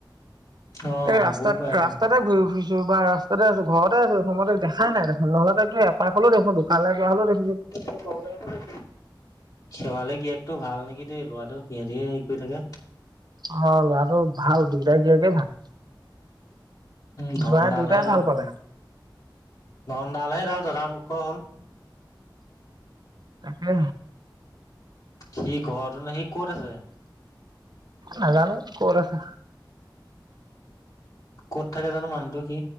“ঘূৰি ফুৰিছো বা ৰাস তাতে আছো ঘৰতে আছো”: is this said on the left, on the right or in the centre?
Right